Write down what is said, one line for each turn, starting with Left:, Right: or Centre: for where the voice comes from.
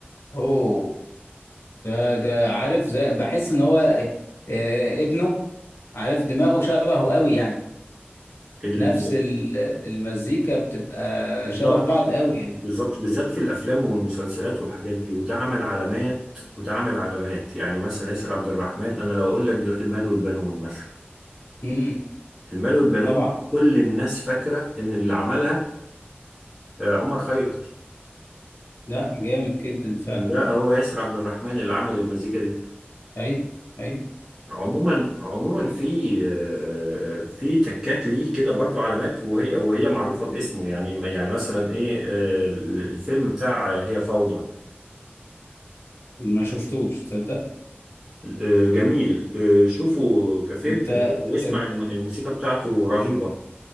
Left: اوه ده ده عارف زي بحس ان هو آه، ابنه عارف دماغه شبهه قوي يعني
Centre: ال...
Left: نفس ال- المزيكا بتبقى
Centre: بالظبط
Left: شبه بعض قوي يعني
Centre: بالظبط بالذات في الافلام والمسلسلات والحاجات دي وده عمل علامات وده عمل علامات يعني مثلا ياسر عبد الرحمن انا لو اقول لك دلوقتي المال والبنون مثلا
Left: امم
Centre: المال والبنون
Left: طبعا
Centre: دي كل الناس فاكره ان اللي عملها آه، عمر خيرت
Left: لا جامد جدا فعلا
Centre: لا هو ياسر عبد الرحمن اللي عمل المزيكا دي
Left: اي اي
Centre: عموما عموما في آه، في تكات ليه كده برضو علامات وهي وهي معروفه باسمه يعني يعني مثلا ايه آه، الفيلم بتاع هي فوضى
Left: ما شفتوش تصدق
Centre: آه، جميل آه، شوفه كفيلم
Left: انت
Centre: و- واسمع
Left: انت
Centre: الم- الموسيقى بتاعته رهيبة